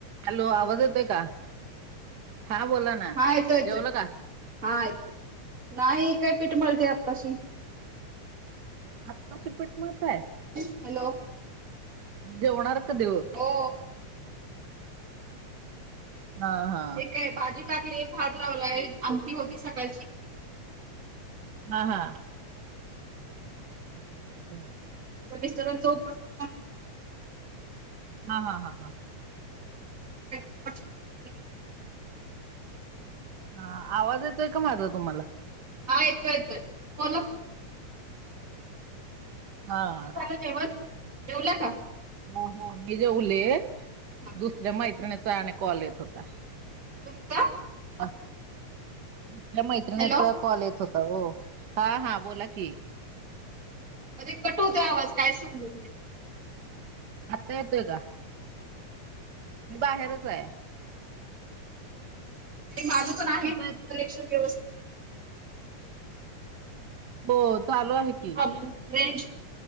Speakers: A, on the right (about 75°); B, on the right (about 30°).
A: Hello आवाज येतोय का हा बोला ना
B: हा येतो येतोय
A: जेवलं का?
B: हा येतोय नाही काय पीठ मळते आत्ताशी
A: आत्ताशी पीठ मळताय आहे?
B: हॅलो
A: आणि जेवणार कधी ओ
B: हो
A: हा हा
B: हे काय भाजी टाकली भात लावलाय आमटी होती सकाळची
A: हा हा <unintelligible> <inaudible>
B: मिस्टरांचा उपवास आहे ना.
A: हा हा हा हा.
B: <unintelligible> <inaudible>
A: हा आवाज येतोय का माझा तुम्हाला?
B: हा येतो येतोय बोला की.
A: हा.
B: तुमचं झालं जेवण? जेवल्या का?
A: हो हो मी जेवले
B: हा
A: दुसऱ्या मैत्रिणीचा आणि कॉल येत होता.
B: कोणाचा
A: अ. दुसऱ्या मैत्रिणीचा
B: हॅलो
A: कॉल येत होता ओ हा हा बोला कि
B: मध्ये कट होतोय आवाज काय समजत नाय.
A: हात्ता येतोय का? मी बाहेरच आहे.
B: आणि माझं पण आहे
A: तुमचा येतोय?
B: कलेक्शन व्यवस
A: हो चालू आहे की.
B: प्रोब्लम रेंज